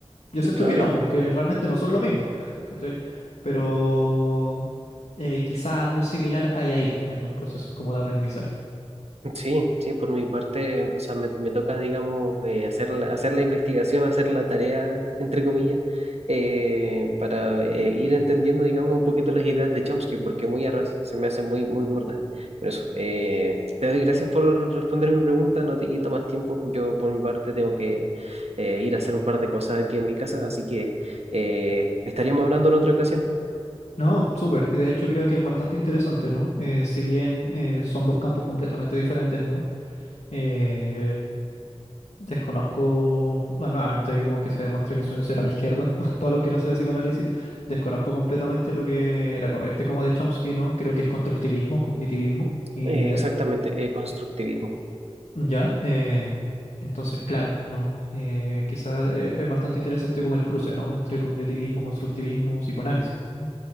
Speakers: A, on the left; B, on the right.
A: Yo siento
B: claro.
A: que no, porque realmente no son lo mismo, ¿cachai? Pero eh, quizá algo similar hay ahí en los procesos como de aprendizaje.
B: Sí, sí, por mi parte, o sea, me, me toca, digamos, eh, hacer la, hacer la investigación, hacer la tarea, entre comillas, eh, para eh, ir entendiendo, digamos, un poquito las ideas de Chomsky, porque muy a ras se me hacen muy, muy burdas. Pero eso, eh, te doy gracias por responder mi pregunta, no te quito más tiempo. Yo, por mi parte, tengo que eh, ir a hacer un par de cosas aquí en mi casa, así que eh, estaríamos hablando en otra ocasión.
A: No, súper. Y de hecho creo que es bastante interesante, ¿no? Eh, si bien eh, son dos campos completamente diferentes, ¿no? Eh, desconozco, bueno, nuevamente ahí como que se demuestra que soy un cero a la izquierda, <laughs> con todo lo que no sea psicoanálisis, desconozco completamente lo que la corriente como de Chomsky, ¿no? Creo que es constructivismo, cognitivismo, ni,
B: Eh,
A: ni idea.
B: exactamente, eh, constructivismo.
A: Ya, eh, entonces, claro, ¿no? Eh, quizás eh, es bastante interesante como el cruce, ¿no? Entre cognitivismo, constructivismo, psicoanálisis, ¿no?